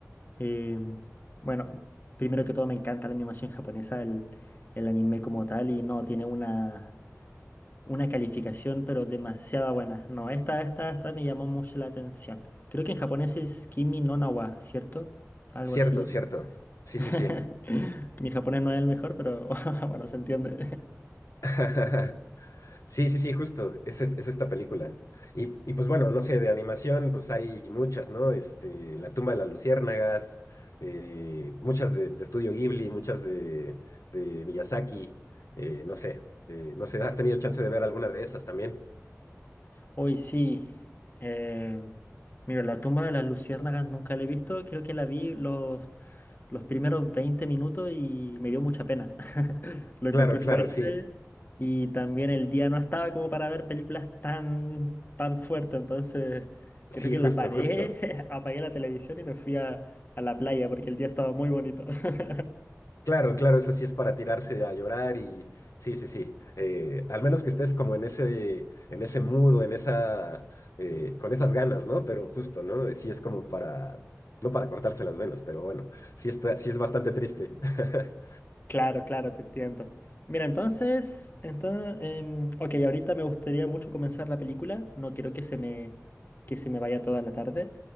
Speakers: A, on the left; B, on the left.
A: em, bueno, primero que todo me encanta la animación japonesa, el, el anime como tal, y no, tiene una Una calificación, pero demasiado buena. No, esta, esta, esta me llamó mucho la atención. Creo que en japonés es Kimi no na wa, ¿cierto? Algo
B: Cierto,
A: así.
B: cierto. Sí,
A: <laughs>
B: sí, sí.
A: Mi japonés no es el mejor, pero <laughs> bueno, se entiende.
B: <laughs> Sí, sí, sí, justo. Es, es, es esta película. Y, y pues bueno, no sé, de animación, pues hay muchas, ¿no? Este, La tumba de las luciérnagas, eh, muchas de, de Estudio Ghibli, muchas de, de Miyazaki, eh, no sé. eh, no sé, ¿has tenido chance de ver alguna de esas también?
A: <laughs> Hoy sí. eh, mira, la tumba de las luciérnagas nunca la he visto. Creo que la vi los, los primeros 20 minutos y me dio mucha pena. Lo encontré
B: Claro, claro,
A: fuerte
B: sí.
A: y también el día no estaba como para ver películas tan, tan fuertes. Entonces, creo
B: Sí,
A: que
B: justo,
A: la paré,
B: justo.
A: <laughs> apagué la televisión y me fui a, a la playa porque el día estaba muy bonito. <laughs>
B: Claro, claro, esa sí es para tirarse a llorar y sí, sí, sí. eh, al menos que estés como en ese, en ese mood o en esa, eh, con esas ganas, ¿no? Pero justo, ¿no? Sí es como para, no para cortarse las venas, pero bueno, sí está, sí es bastante triste. <laughs>
A: Claro, claro, te entiendo. Mira, entonces, entonces, em, ok, ahorita me gustaría mucho comenzar la película. No quiero que se me, que se me vaya toda la tarde.